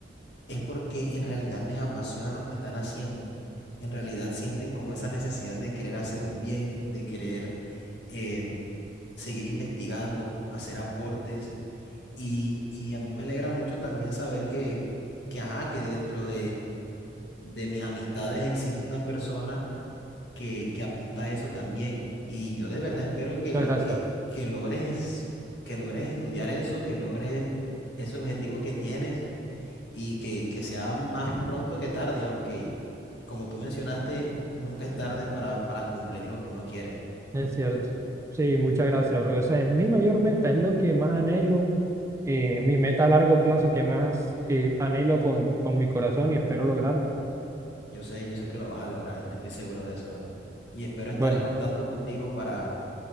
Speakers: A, on the left (about 80°); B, on the right (about 15°).
A: es porque en realidad les apasiona lo que están haciendo. En realidad sienten como esa necesidad de querer hacer un bien, de querer eh, seguir investigando, hacer aportes. Y, y a mí me alegra mucho también saber que, que, ajá, que dentro de, de mis amistades existe una persona que, que apunta a eso también. Y yo de verdad espero que,
B: Muchas gracias,
A: que,
B: bro.
A: que logres, que logres estudiar eso, que logres ese objetivo que tienes y que, que sea más pronto que tarde, aunque como tú mencionaste, nunca es tarde para, para cumplir lo que uno quiere.
B: Es cierto. Sí, muchas gracias, bro. O sea, es mi mayor meta, es lo que más anhelo, eh, mi meta a largo plazo que más eh, anhelo con, con mi corazón y espero lograrlo.
A: Yo sé, yo sé que lo vas a lograr, estoy seguro de eso, bro. Y espero estar
B: Bueno,
A: en contacto contigo para